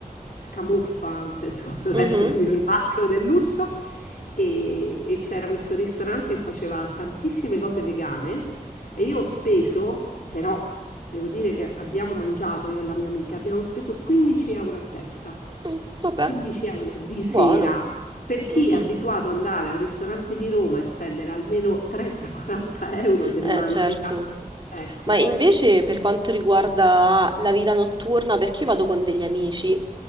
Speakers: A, on the left; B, on the right.
A: scamuffa, nel senso <laughs> non
B: Mhm.
A: è proprio il massimo del lusso. E, e c'era questo ristorante che faceva tantissime cose vegane e io ho speso, però devo dire che abbiamo mangiato io e la mia amica, abbiamo speso 15 euro a testa.
B: Mm, vabbè,
A: 15 euro di sera.
B: buono.
A: Per chi
B: Mhm.
A: è abituato ad andare a un ristorante di Roma e spendere almeno 30-40 euro se
B: Eh,
A: mangi
B: certo.
A: tanto, ecco.
B: Ma invece per quanto riguarda la vita notturna, perché io vado con degli amici,